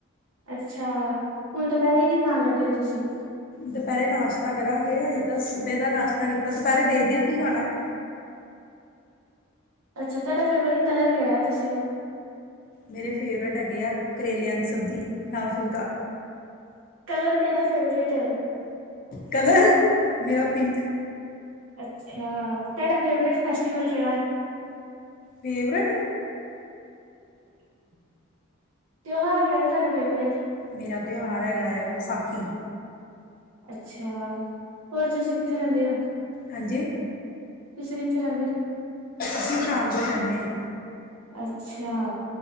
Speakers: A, on the right (about 85°); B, on the left (about 40°).
A: ਅੱਛਾ, ਹੁਣ ਦੁਪਹਿਰੇ ਕੀ ਖਾਣ ਲੱਗੇ ਹੋ ਤੁਸੀਂ?
B: ਦੁਪਹਿਰੇ ਨਾਸ਼ਤਾ ਕਰਾਂਗੇ ਹਜੇ ਤਾਂ ਸੁਬਹੇ ਦਾ ਨਾਸ਼ਤਾ ਕੀਤਾ ਦੁਪਹਿਰੇ ਦੇਖਦੇ ਹਾਂ ਕੀ ਖਾਣਾ ਐ।
A: ਅੱਛਾ, ਤੁਹਾਡਾ ਫੇਵਰੇਟ ਕਲਰ ਕਿਹੜਾ ਹੈ ਦੱਸਿਓ
B: ਮੇਰੇ ਫੇਵਰੇਟ ਹੈਗੇ ਆ ਕਰੇਲਿਆਂ ਦੀ ਸਬਜ਼ੀ ਨਾਲ ਫੁਲਕਾ।
A: ਕਲਰ ਕਿਹੜਾ ਫੇਵਰੇਟ?
B: ਕਲਰ ਮੇਰਾ ਪਿੰਕ।
A: ਅੱਛਾ, ਤੁਹਾਡਾ ਫੇਵਰੇਟ ਫੈਸਟੀਵਲ ਕਿਹੜਾ?
B: ਫੇਵਰੇਟ?
A: <inaudible> ਤਿਉਹਾਰ ਕਿਹੜਾ ਤੁਹਾਡਾ ਫੇਵਰੇਟ?
B: ਮੇਰਾ ਤਿਉਹਾਰ ਹੈਗਾ ਆ ਵਿਸਾਖੀ।
A: ਅੱਛਾ, ਹੋਰ ਤੁਸੀ ਕੀ ਕਰਨ ਦਏ ਹੋ?
B: ਹਾਂਜੀ
A: ਤੁਸੀਂ ਕਿੱਥੇ ਰਹਿੰਦੇ ਹੋ?
B: ਅਸੀਂ ਪਠਾਨਕੋਟ ਰਹਿੰਦੇ ਹਾਂ
A: ਅੱਛਾ,